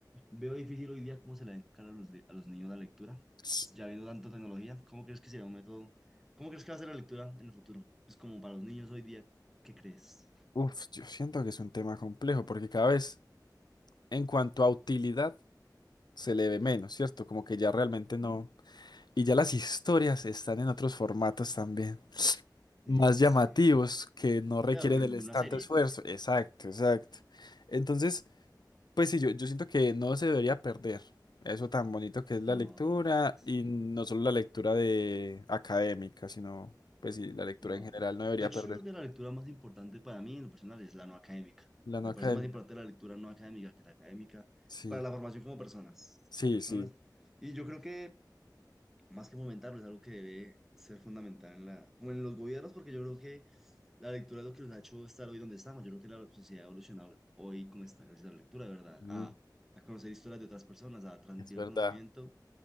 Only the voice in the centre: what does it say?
veo difícil hoy día cómo se le va a inculcar a los, li- a los niños la lectura?
Ya viendo tanta tecnología, ¿cómo crees que será un método? ¿Cómo crees que va a ser la lectura en el futuro? Pues como para los niños hoy día, ¿qué crees?
¿Mm?
Sí,
sí,
sí.
Claro, de
de
una
serie.
No,
no, sí,
no.
No,
sí.
de hecho
yo creo que la lectura más importante para mí en lo personal es la no académica.
Me
parece más importante la lectura no académica que la académica
para la formación como personas,
como personas.
Y yo creo que más que fomentarlo es algo que debe ser fundamental en la, como en los gobiernos, porque yo creo que la lectura es lo que nos ha hecho estar hoy donde estamos. Yo creo que la sociedad ha evolucionado hoy como está gracias a la lectura, de verdad,
a, a conocer historias de otras personas, a transmitir
el conocimiento.